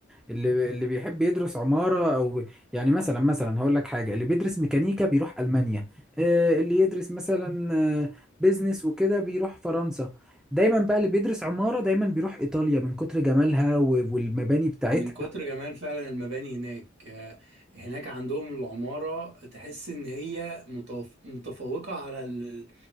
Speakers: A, in the centre; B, on the right (about 60°).
A: اللي اللي بيحب يدرس عمارة او يعني مثلا مثلا هقول لك حاجة اللي بيدرس ميكانيكا بيروح ألمانيا آه، اللي يدرس مثلا آه، بيزنس وكده بيروح فرنسا دايما بقى اللي بيدرس عمارة دايما بيروح إيطاليا من كتر جمالها و- والمباني بتاعتها
B: من كتر جمال فعلا المباني هناك آه، هناك عندهم العمارة تحس إن هي متف- متفوقة على ال-